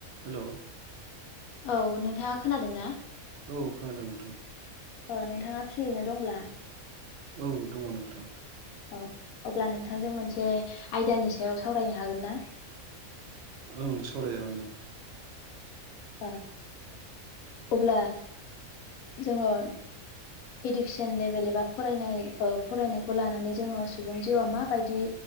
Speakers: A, on the right; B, on the left.
A: Hello
B: औ नोंथाङा खोनादों ना?
A: औ खोनादों नोंथां।
B: अ नोंथाङा फ्रियैनो दंब्ला
A: औ दङ नोंथां
B: औ अब्ला नोंथांजों मोनसे आयदानि सायाव सावरायनो हागोन ना?
A: ओं सावरायजागोन नोंथां।
B: अ अब्ला जोङो इदुकेसन लेभेल एबा फरायनाय ओ फरायनायखौ लानानै जोङो सुबुं जिउआ माबायदि